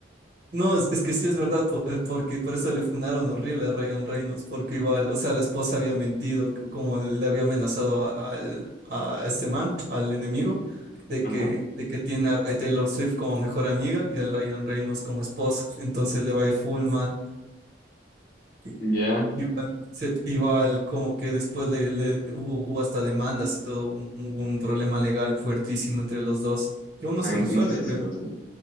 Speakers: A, on the right; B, on the left.
A: No, es, es que sí es verdad, po- eh, porque por eso le fundaron horrible a Ryan Reynolds, porque igual, o sea, la esposa había mentido, c- como le había amenazado a, al- a este man, al enemigo, de
B: Ajá,
A: que, de que tiene a a Taylor Swift como mejor amiga y al Ryan Reynolds como esposo, entonces le va a ir full mal. I-
B: ya.
A: Igual, se- igual como que después le, le- hubo, hubo hasta demandas y todo, un, hubo un problema legal fuertísimo entre los dos, y aún no
B: Ah,
A: se
B: entonces
A: resuelve,
B: sí
A: creo.
B: ha sido así.